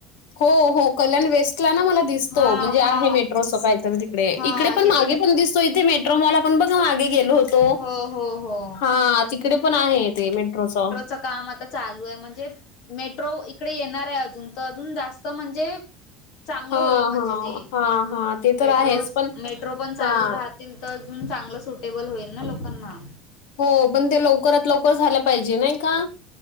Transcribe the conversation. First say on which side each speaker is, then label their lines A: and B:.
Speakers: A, on the left; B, on the left.
A: हो हो. कल्याण वेस्टला ना मला दिसतो.
B: हा
A: म्हणजे
B: हा
A: आहे मेट्रोचं काहीतरी.
B: हा
A: इकडे पण
B: तिकडे
A: मागे पण दिसतो. इथे मेट्रोमॉल आपण बघ मागे गेलो होतो?
B: हो हो हो
A: हा. तिकडे पण आहे ते मेट्रोच.
B: च काम आता चालू म्हणजे, मेट्रो इकडे येणार आहे अजून तर अजून जास्त म्हणजे चांगलं
A: हां,
B: होईल म्हणजे
A: हां.
B: ते,
A: हां, हां. ते
B: मेट्रोस
A: तर आहेच. पण
B: मेट्रो पण चालू
A: हां.
B: राह तिला तर अजून चांगलं सुटेबल होईल ना लोकांना.
A: हो पण ते लवकरात लवकर झाल्या पाहिजे नाही का?